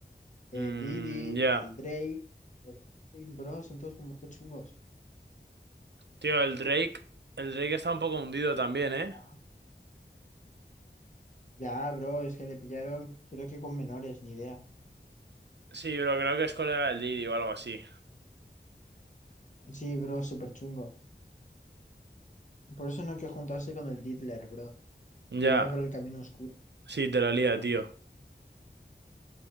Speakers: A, on the left (about 40°); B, on the right (about 70°).
A: El
B: Mm,
A: Didi,
B: ya.
A: el Drake, el Epstein, bro, son todos como todo chungos.
B: Tío, el Drake. El Drake está un poco hundido también, ¿eh?
A: Ah. Ya, bro, es que le pillaron, creo que con menores, ni idea.
B: Sí, pero creo que es colega del Didi o algo así.
A: Sí, bro, súper chungo. Por eso no hay que juntarse con el Diddler, bro.
B: Ya.
A: Te lleva por el camino oscuro.
B: Sí, te la lía, tío.